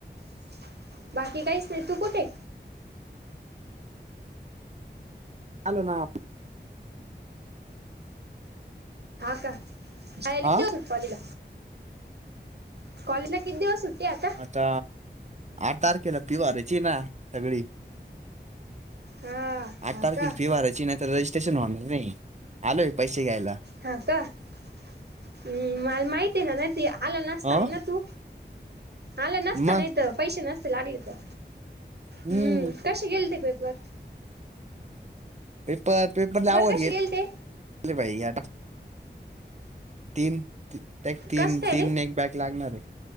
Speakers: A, on the right (about 65°); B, on the right (about 40°).
A: <inaudible> बाकी काहीचं नाही, तू कुठंय?
B: आलोना.
A: हा, का? शालेला
B: हा
A: एक दिवस पालीला. कॉलेजला, किती दिवस सुट्टी आहे आता?
B: आता, आठ तारखेला पिव <unintelligible> यची ना? सगळी.
A: हा
B: <inaudible>
A: हा
B: आठ तारखे
A: का
B: फी भरायची, नाही तर रजिस्ट्रेशन होणार नाही. आलोय पैसे घ्यायला.
A: हा. का. ह्म.. मला माहिती आहे ना, <unintelligible> आला नसताय
B: हा
A: ना तू? आला नसता
B: मग
A: ना इथं, पैशे नसते लागलेइथं.
B: हम्म
A: ह्म.. कशें गेलतें पेपर?
B: पेपर, पेपर लयं आवघडं
A: कसे
B: गेल
A: गेले ते
B: ले बाई. या, टाक. <inaudible> तीन. ती एक-तीन.
A: कस काय
B: तीन-एक
A: रे
B: बॅग लागणारयं.